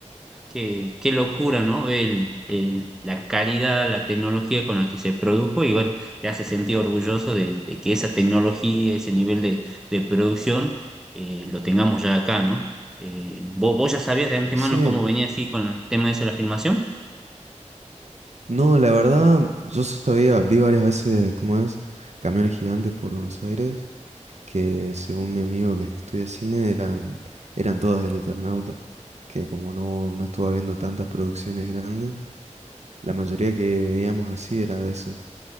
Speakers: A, in the centre; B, on the right.
A: Qué, qué locura, ¿no? Ve el- el- la calidad, la tecnología con la que se produjo y bueno, te hace sentir orgulloso de, de que esa tecnología, ese nivel de, de producción, eh, lo tengamos ya acá, ¿no? Eh, ¿vo- ¿vos, ya sabías de antemano
B: Sí,
A: cómo venía así con el tema ese de la filmación?
B: no, la verdad, yo sabía, vi varias veces cómo es camiones gigantes por Buenos Aires, que según mi amigo que estudia cine eran, eran todas del Eternauta, que como no, no estuve viendo tantas producciones grandes, la mayoría que veíamos así era de eso.